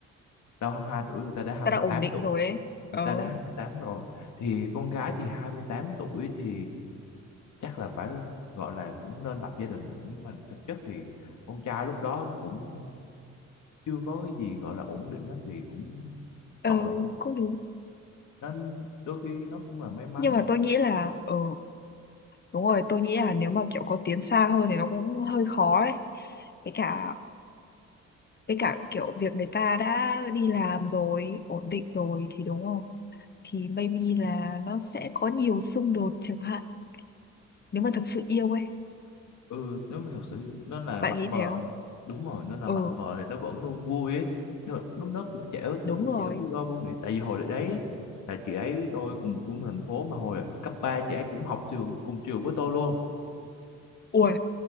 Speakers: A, on the left (about 70°); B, on the left (about 35°).
A: tao 22 tuổi người ta đã hai
B: ta
A: mươi
B: đã ổn
A: tám
B: định
A: tuổi
B: rồi ấy.
A: người
B: Ờ,
A: ta đã 28 rồi thì con gái thì 28 tuổi thì chắc là phải gọi là cũng nên lập gia đình rồi nhưng mà thực chất thì con trai lúc đó nó cũng chưa có cái gì gọi là ổn định hết thì cũng
B: ờ,
A: tội chứ
B: cũng đúng.
A: nên đôi khi nó cũng là may mắn
B: Nhưng mà tôi nghĩ là, ờ, đúng rồi, tôi nghĩ là nếu mà kiểu có tiến xa hơn thì nó cũng hơi khó ấy. Với cả, với cả kiểu việc người ta đã đi làm rồi, ổn định rồi thì đúng không? Thì maybe là nó sẽ có nhiều xung đột chẳng hạn. Nếu mà thật sự yêu ấy,
A: ừ nếu mà thật sự nó là
B: bạn
A: mập
B: nghĩ
A: mờ
B: thế không?
A: đúng rồi nó là
B: Ừ,
A: mập mờ thì nó vẫn luôn vui ấy nó, lúc đó cũng trẻ
B: đúng
A: tôi cũng
B: rồi.
A: trẻ vui lo vô nghĩ tại vì hồi đấy á, là chị ấy với tôi cùng cùng thành phố mà hồi cấp 3 chị ấy cũng học trường cùng trường với tôi luôn
B: Ui,